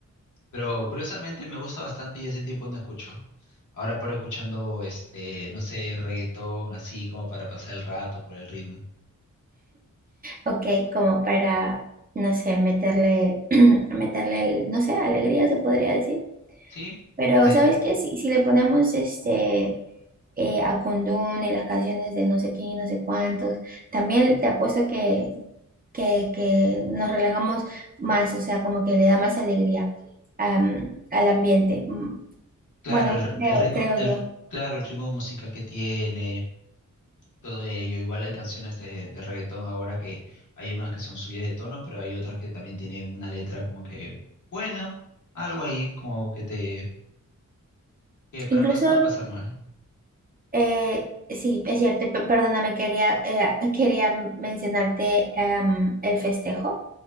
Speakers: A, on the left; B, on the right.
A: Pero curiosamente me gusta bastante y ese tipo no escucho. Ahora paro escuchando, este, no sé, reggaetón, así como para pasar el rato por el ritmo.
B: Ok, como para, no sé, meterle, <clears throat> meterle el, no sé, alegría se podría decir.
A: ¿Sí?
B: Pero,
A: Le-
B: ¿sabes qué? Si, si le ponemos este eh, a Kundun y las canciones de no sé quién y no sé cuántos, también te apuesto que, que, que nos relajamos más, o sea, como que le da más alegría am, al ambiente. Mm,
A: claro,
B: Bueno,
A: el,
B: creo,
A: el ritmo,
B: creo
A: el,
B: yo.
A: claro, el ritmo musical que tiene, todo ello. Igual hay canciones de, de reggaetón ahora que hay unas que son subidas de tono, pero hay otras que también tienen una letra como que buena, algo ahí como que te, que para
B: Incluso,
A: pas- no pasarlo mal.
B: eh, sí, es cierto, pe- perdóname, quería, eh, <laughs> quería mencionarte am, el festejo.